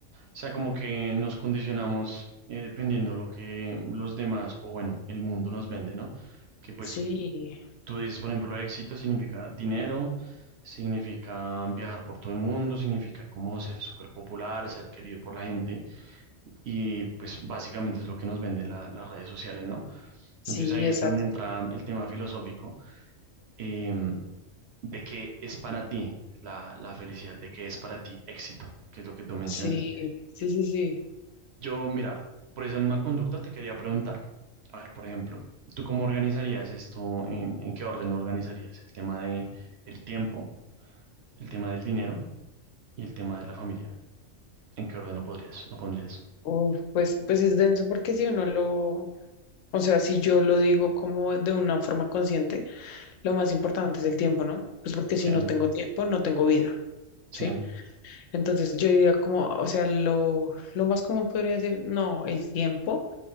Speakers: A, on the right (about 60°); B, on the left (about 75°).
A: sea, como que nos condicionamos eh, dependiendo lo que los demás, o bueno, el mundo nos vende, ¿no? Que pues
B: Sí,
A: tú dices, por ejemplo, éxito significa dinero, significa viajar por todo el mundo, significa como ser súper popular, ser querido por la gente, y pues básicamente es lo que nos venden la- las redes sociales, ¿no?
B: sí,
A: Entonces ahí
B: exacto.
A: es donde entra el tema filosófico. Em, de qué es para ti la, la felicidad, de qué es para ti éxito, que es lo que tú mencionas.
B: Sí, sí, sí, sí.
A: Yo, mira, por esa misma conducta te quería preguntar, a ver, por ejemplo, ¿tú cómo organizarías esto? ¿En, en qué orden organizarías? El tema de el tiempo, el tema del dinero y el tema de la familia. ¿En qué orden lo podrías, lo pondrías?
B: Uf, pues, pues es denso porque si uno lo, o sea, si yo lo digo como de una forma consciente, lo más importante es el tiempo, ¿no? Pues porque si
A: Sí,
B: no tengo tiempo, no tengo vida.
A: sí,
B: ¿sí? Entonces yo diría como, o sea, lo, lo más común podría decir, no, el tiempo,